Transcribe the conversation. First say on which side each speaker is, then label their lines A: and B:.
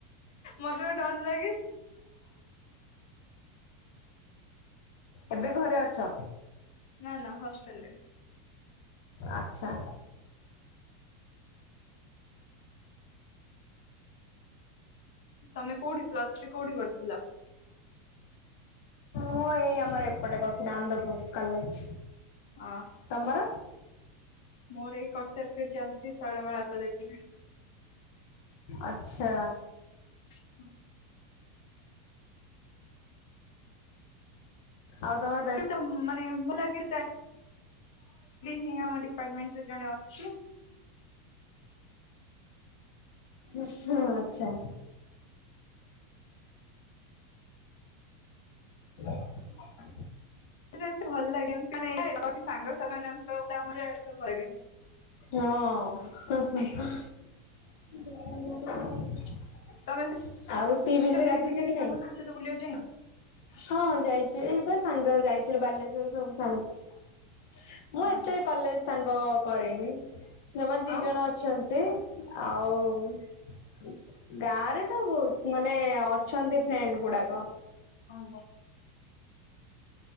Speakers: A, on the left (about 85°); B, on the left (about 65°).
A: ମତେ ପା ଡର ଲାଗେ।
B: ଏବେ ଘରେ ଅଛ?
A: ନା ନା ହଷ୍ଟେଲ୍ ରେ।
B: ଆଚ୍ଛା।
A: ତମେ କଉଠି ପ୍ଲସ୍ ଥ୍ରୀ କଉଠି କରିଥିଲ?
B: ମୁଁ ଏଇ ଆମର ଏପଟେ କରୁଥିଲି ଆନନ୍ଦପୁର କଲେଜ୍।
A: ଅଁ।
B: ତମର?
A: ମୋର ଏଇ କଟକ ରେ ଚାଲିଚି ଶୈଳବାଳା କଲେଜ୍ ରେ।
B: ଆଚ୍ଛା।
A: <inaudible>
B: ଆଉ ତମର ବେ
A: <unintelligible> ହଁ ଏଇଠି ହିଁ ଆମ ଡିପାର୍ଟମେଣ୍ଟରେ ଜଣେ ଅଛି।
B: ହୁଁ- ଆଛା। <inaudible>
A: <unintelligible>
B: ହଁ <unintelligible>
A: ତମେ
B: ଆଉ ସି
A: ସେମିତି
B: ବିଚ୍ ରେ ଗାଧେଇଚ
A: କିଛି
B: କି ନାଇଁ?
A: ସାଙ୍ଗସାଥି ସହିତ ବୁଲିବାକୁ ଯାଇନ?
B: ହଁ ଯାଇଚି। ସେ ସାଙ୍ଗ ଯାଇଥିଲୁ ବାଲେଶ୍ଵର ସବୁ ସାଙ୍ଗ-
A: ଓହୋ
B: ମୁଁ ଏତେ କଲେଜ୍ ସାଙ୍ଗ କରିନି ଯମା ଦି
A: ଆଉ
B: ଜଣ ଅଛନ୍ତି ଆଉ ଗାଁ ରେ ତ ବହୁତ୍ ମାନେ ଅଛନ୍ତି ଫ୍ରେଣ୍ଡ୍ ଗୁଡାକ।
A: ଓହୋ।